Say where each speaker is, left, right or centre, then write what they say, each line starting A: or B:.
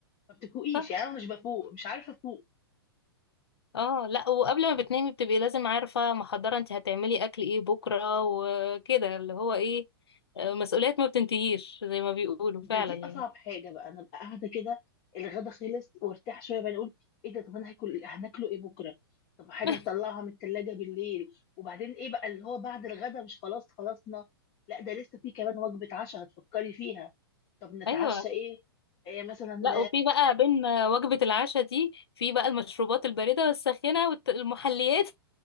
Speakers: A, on the left (about 35°); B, on the left (about 75°).
A: ما بتفوقيش
B: صح
A: يعني انا مش بفوق مش عارفه افوق
B: اه لا وقبل ما بتنامي بتبقي لازم عارفة محضرة انت هتعملي اكل ايه بكرة وكده اللي هو ايه آه، مسؤوليات ما بتنتهيش زي ما بيقولوا
A: ده
B: فعلا
A: دي
B: يعني
A: اصعب حاجه بقى انا بقى قاعده كده الغدا خلص وارتاح شويه بقى اقول ايه ده طب انا هاكل هناكله ايه بكره طب حاجه
B: <laughs>
A: هطلعها من الثلاجه بالليل وبعدين ايه بقى اللي هو بعد الغدا مش خلاص خلصنا لا ده لسه في كمان وجبه عشاء هتفكري فيها طب نتعشى
B: ايوه
A: ايه, إيه مثلا
B: لا وفي بقى بين وجبة العشاء دي في بقى المشروبات الباردة والساخنة والمحليات